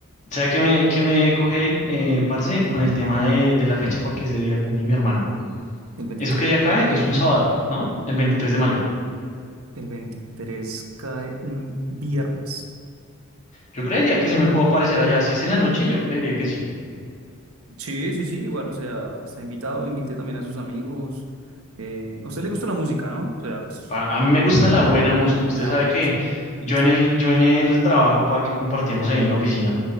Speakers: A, on the left (about 35°); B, on the right (about 85°).
A: ¿Sabe qué me, qué me coge ahí, eh, parce, con el tema de, de la fecha? Porque ese día cumple mi hermano.
B: el veintitrés.
A: ¿Eso qué día cae? Es un sábado, ¿no? El 23 de mayo.
B: El 23 cae un viernes.
A: Yo creería que se me puedo aparecer allá. Si es en la noche, yo creería que sí.
B: Sí, sí, sí, igual, o sea, está invitado, invité también a sus amigos. Eh, a usted le gusta la música, ¿no? O sea, pues,
A: Pa- a mí me gusta la buena música. Usted
B: la
A: sabe
B: buena
A: que
B: música.
A: yo
B: Exacto.
A: en el, yo en el trabajo, pa, que compartíamos ahí en la oficina,